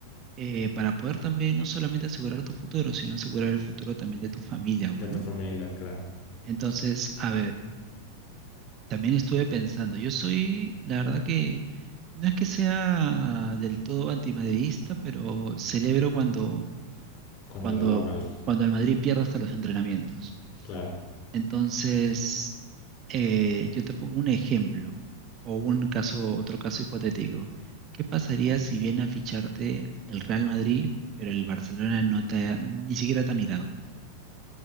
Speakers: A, on the right (about 30°); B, on the left (about 35°).
A: eh, para poder también no solamente asegurar tu futuro, sino asegurar el futuro también de tu familia, bueno.
B: de tu familia, claro.
A: Entonces, a ver, También estuve pensando, yo soy, la verdad que no es que sea del todo antimadridista, pero celebro cuando,
B: Cuando
A: cuando,
B: les va mal,
A: cuando el Madrid pierde hasta los entrenamientos.
B: claro.
A: Entonces, eh, yo te pongo un ejemplo o un caso, otro caso hipotético. ¿Qué pasaría si viene a ficharte el Real Madrid, pero el Barcelona no te ha- ni siquiera te ha mirado?